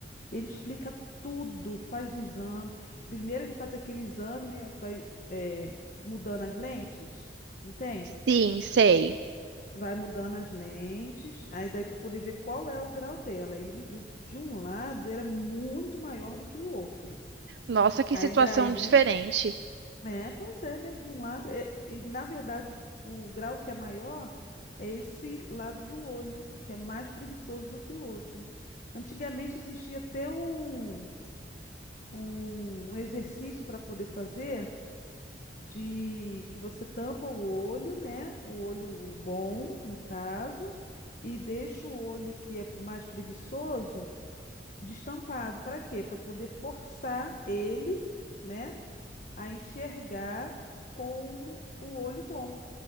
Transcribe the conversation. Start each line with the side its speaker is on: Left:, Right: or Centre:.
Left: Ele explica tudo, faz o exame. Primeiro ele faz aquele exame, né, que vai é, mudando as lentes, não tem?
Right: Sim, sei.
Left: Vai mudando as lentes, aí daí para poder ver qual é o grau dela. E ele viu que de um lado era muito maior do que o outro.
Right: Nossa, que
Left: Aí
Right: situação
Left: daí,
Right: diferente.
Left: é, pois é, né? De um lado, é- e na verdade o grau que é maior é esse lado do olho, que é mais preguiçoso do que o outro. Antigamente existia até um um exercício para poder fazer de que você tampa o olho, né? O olho bom, no caso, e deixa o olho que é mais preguiçoso destampado. Para quê? Para poder forçar ele, né, a enxergar como o olho bom.